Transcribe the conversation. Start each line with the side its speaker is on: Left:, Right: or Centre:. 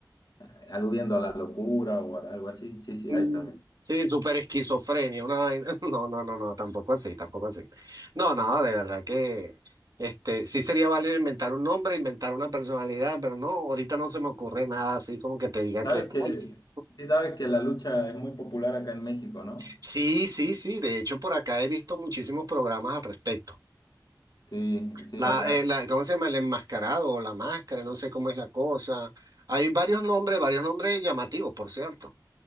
Left: eh, aludiendo a la locura o algo así. Sí, sí,
Right: Mm,
Left: hay también.
Right: Sí, súper esquizofrenia, una vaina. <laughs> No, no, no, no, tampoco así, tampoco así. No, no, de verdad que este, sí sería válido inventar un nombre, inventar una personalidad, pero no, ahorita no se me ocurre nada así como que te diga
Left: Sabes
Right: que,
Left: que,
Right: ay, sí.
Left: sí sabes que la lucha es muy popular acá en México, ¿no?
Right: Sí, sí, sí, de hecho por acá he visto muchísimos programas al respecto.
Left: Sí, sí,
Right: La,
Left: acá.
Right: eh, la, ¿cómo se llama? El enmascarado o la máscara, no sé cómo es la cosa. Hay varios nombres, varios nombres llamativos, por cierto.